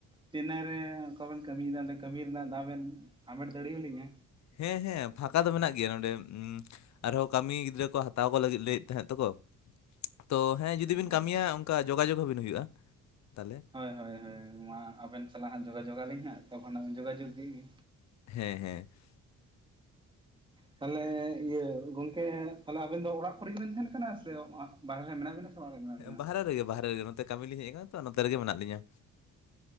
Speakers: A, on the right; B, on the left.
A: ᱪᱮᱱᱱᱟᱭ ᱨᱮ ᱚᱠᱟᱵᱮᱱ ᱠᱟᱹᱢᱤᱭᱫᱟ ᱚᱸᱰᱮ ᱠᱟᱹᱢᱤ ᱨᱮᱱᱟᱜ ᱫᱟᱣ ᱵᱮᱱ ᱦᱟᱢᱮᱴ ᱫᱟᱲᱮᱣᱟᱞᱤᱧᱟ?
B: ᱦᱮᱸ ᱦᱮᱸ ᱯᱷᱟᱸᱠᱟ ᱫᱚ ᱢᱮᱱᱟᱜ ᱜᱮᱭᱟ ᱱᱚᱸᱰᱮ ᱟᱨᱦᱚᱸ ᱠᱟᱹᱢᱤ ᱜᱤᱫᱽᱨᱟᱹ ᱠᱚ ᱦᱟᱛᱟᱣ ᱠᱚ ᱞᱟᱹᱜᱤᱫ ᱞᱟᱹᱭᱮᱫ ᱛᱟᱦᱮᱸᱜ ᱛᱚᱠᱚ᱾ ᱛᱚ ᱦᱮᱸ ᱡᱩᱫᱤ
A: ᱚ
B: ᱵᱤᱱ ᱠᱟᱹᱢᱤᱭᱟ ᱚᱝᱠᱟ ᱡᱳᱜᱟᱡᱳᱜᱽ ᱦᱚᱵᱤᱱ ᱦᱩᱭᱩᱜᱼᱟ, ᱛᱟᱞᱮ᱾
A: ᱦᱳᱭ ᱦᱳᱭ ᱦᱳᱭ ᱢᱟ ᱟᱵᱮᱱ ᱥᱟᱞᱟᱜ ᱦᱟᱸᱜ ᱡᱳᱜᱟᱡᱳᱜ ᱟᱹᱞᱤᱧ ᱦᱟᱸᱜ ᱛᱚᱠᱷᱚᱱ ᱦᱟᱸᱜ ᱵᱤᱱ ᱡᱳᱜᱟᱡᱳᱜᱽ ᱠᱮᱜ ᱜᱤ᱾
B: ᱦᱮᱸ ᱦᱮᱸ
A: ᱛᱟᱦᱞᱮ ᱤᱭᱟᱹ ᱜᱚᱝᱠᱮ ᱛᱟᱞᱦᱮ ᱟᱵᱤᱱ ᱫᱚ ᱚᱲᱟᱜ ᱠᱚᱨᱮ ᱜᱮᱵᱮᱱ ᱛᱟᱦᱮᱱ ᱠᱟᱱᱟ ᱥᱮ ᱟᱜ ᱵᱟᱨᱦᱮ ᱨᱮ ᱢᱮᱱᱟᱜ ᱵᱤᱱᱟ ᱥᱮ? ᱚᱲᱟᱜ ᱨᱮ ᱢᱮᱱᱟᱜ ᱵᱮᱱᱟ
B: ᱵᱟᱦᱨᱮ ᱨᱮᱜᱮ ᱵᱟᱦᱨᱮ ᱨᱮᱜᱮ ᱱᱚᱛᱮ ᱠᱟᱹᱢᱤ ᱞᱤᱧ ᱦᱮᱡ ᱠᱟᱱᱟ ᱛᱚ ᱱᱚᱛᱮ ᱨᱮᱜᱮ ᱢᱮᱱᱟᱜ ᱞᱤᱧᱟ᱾